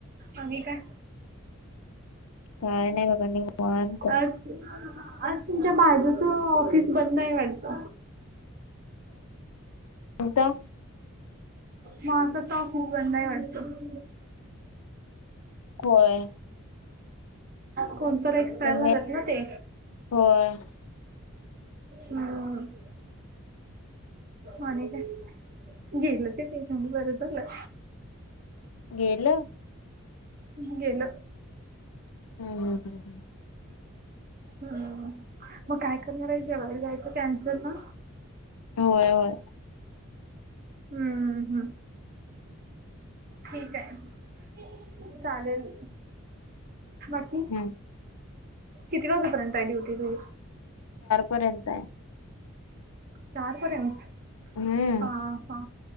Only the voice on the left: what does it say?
काय नाही बघा निवांत
कोणता
होय!
तुम्ही
होय
गेलं.
हम् हम हम हम.
होय होय.
हम्म
करर्यंत आहे.
हम्म